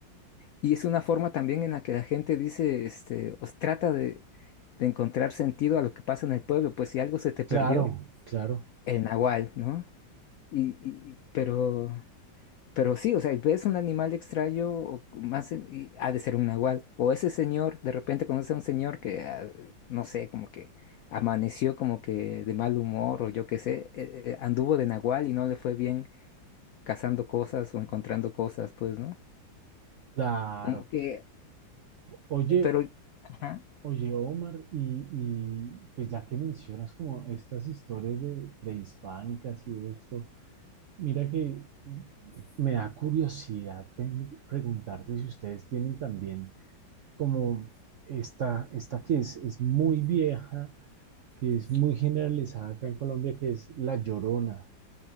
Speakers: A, on the left; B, on the right.
A: Y es una forma también en la que la gente dice, este, os trata de, de encontrar sentido a lo que pasa en el pueblo, pues si algo se te
B: claro,
A: perdió,
B: claro,
A: el nahual, ¿no? Y, y- y- pero, pero sí, o sea, ves un animal extraño, o más, en- y ha de ser un nahual. O ese señor, de repente conoce a un señor que, ah, no sé, como que amaneció como que de mal humor, o yo qué sé, eh, eh, anduvo de nahual y no le fue bien cazando cosas o encontrando cosas, pues, ¿no?
B: claro.
A: Como que,
B: Oye,
A: eh, pero... ajá.
B: oye, Omar, y, y pues ya que mencionas como estas historias de prehispánicas y esto, Mira que me da curiosidad pen- preguntarte si ustedes tienen también como esta, esta que es, es muy vieja, que es muy generalizada acá en Colombia, que es la Llorona.